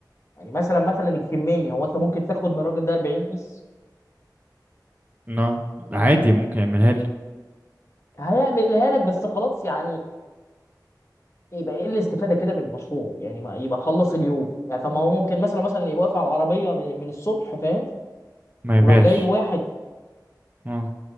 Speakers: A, on the left; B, on the right.
A: يعني مثلا مثلا الكميه هو انت ممكن تاخد من الراجل ده 40 بيس
B: نو عادي ممكن يعملها لي
A: هيعملها لك بس خلاص يعني يبقى ايه الاستفاده كده من المشروع يعني ما يبقى خلص اليوم يعني طب ما هو ممكن مثلا مثلا يبقى واقف على العربيه من, من الصبح فاهم
B: ما يبيعش
A: وراح جاي له واحد
B: اه